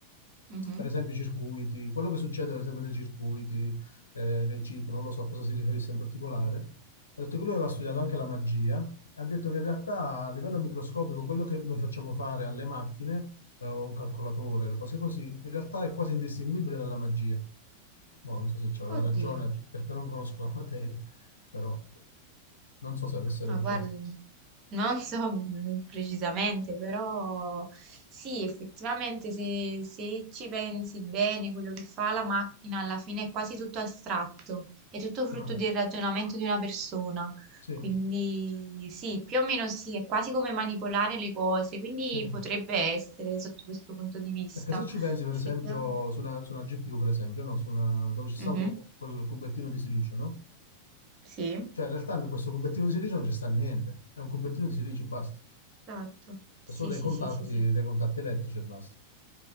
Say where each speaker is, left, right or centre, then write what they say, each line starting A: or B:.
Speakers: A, on the right; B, on the left.
A: mhm.
B: per esempio i circuiti, quello che succede per esempio nei circuiti, eh, nei chip, non lo so a cosa si riferisse in particolare, ha detto che lui aveva studiato anche la magia, e ha detto che in realtà a livello microscopico quello che noi facciamo fare alle macchine, eh, o a un calcolatore, le cose così, in realtà è quasi indistinguibile dalla magia. Boh, non so se c'aveva
A: Oddio.
B: ragione perché non conosco la materia, però non so se avesse ragione.
A: Ah, guarda, non so mm, precisamente, però sì, effettivamente se, se ci pensi bene, quello che fa la macchina alla fine è quasi tutto astratto, è tutto frutto
B: Ah,
A: del ragionamento di una persona.
B: sì,
A: Quindi sì, più o meno sì, è quasi come manipolare le cose, quindi
B: sì.
A: potrebbe essere sotto questo punto di vista.
B: Perché se ci pensi, per
A: Effettivamente.
B: esempio, su una, su una GPU, per esempio, no? Su una- dove ci sta
A: Mhm,
B: un cu- quel cubettino di silicio, no?
A: Sì,
B: Cioè, in realtà in questo cubettino di silicio non ci sta niente, è un cubettino di silicio, basta.
A: esatto. Sì,
B: Sono dei
A: sì,
B: contatti,
A: sì, sì, sì.
B: dei contatti elettrici e basta.